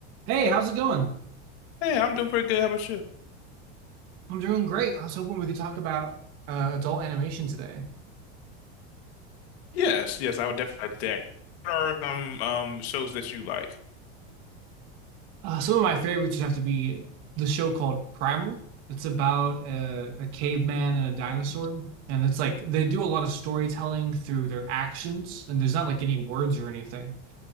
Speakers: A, on the right; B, on the left.
A: Hey, how's it going?
B: Hey, I'm doing pretty good. How about you?
A: I'm doing great. I was hoping we could talk about uh, adult animation today.
B: Yes, yes, I would definitely like that. What are some um shows that you like?
A: Uh, some of my favorites would have to be the show called Primal. It's about a, a caveman and a dinosaur.
B: Hmm,
A: And it's like they do a lot of storytelling through their actions, and there's not like any words or anything.